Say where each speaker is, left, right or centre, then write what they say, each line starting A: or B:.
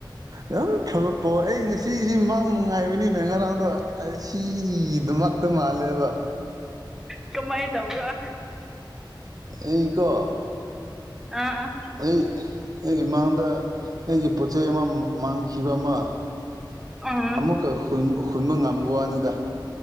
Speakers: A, on the right; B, in the centre.
A: ꯌꯥꯝ <unintelligible> ꯑꯩ ꯉꯁꯤꯁꯤ ꯃꯥꯡ ꯅꯨꯡꯉꯥꯏꯕꯅꯤꯅꯦ ꯉꯔꯥꯡꯗꯣ ꯑꯁꯤꯒꯤꯗꯃꯛꯇ ꯃꯥꯜꯂꯦꯕ
B: ꯀꯃꯥꯏ ꯇꯕ꯭ꯔ
A: ꯑꯩꯀꯣ
B: ꯑꯥ ꯑꯥ
A: ꯑꯩ ꯑꯩꯒꯤꯃꯥꯡꯗ ꯑꯩꯒꯤ ꯄꯣꯠ ꯆꯩ ꯑꯃ ꯃꯥꯡꯈꯤꯕ ꯑꯃ
B: ꯎꯝ
A: ꯑꯃꯨꯛꯀ ꯍꯨꯟꯕ ꯉꯝꯕ ꯋꯥꯅꯤꯗ